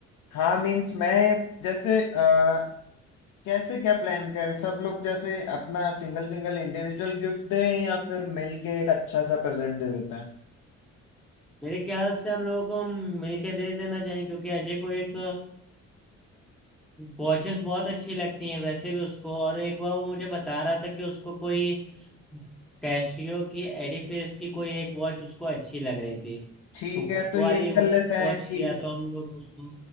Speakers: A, on the left (about 80°); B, in the centre.
A: हाँ मीन्स मैं जैसे आ, कैसे क्या प्लान करें सब लोग जैसे अपना सिंगल सिंगल इंडिविजुअल गिफ्ट दें या फिर मिलके एक अच्छा सा प्रेजेंट दे देते हैं
B: मेरे ख्याल से हम लोगों को मिलके दे देना चाहिए क्योंकि अजय को एक वॉचेस बहुत अच्छी लगती हैं वैसे भी उसको और एक बार वो मुझे बता रहा था कि उसको कोई कैशियो की एडिफेस की कोई एक वॉच उसको अच्छी लग रही थी
A: ठीक
B: तो
A: है
B: वो
A: तो यही
B: वाली
A: कर
B: वॉच
A: लेते हैं कि
B: या तो हम लोग उसको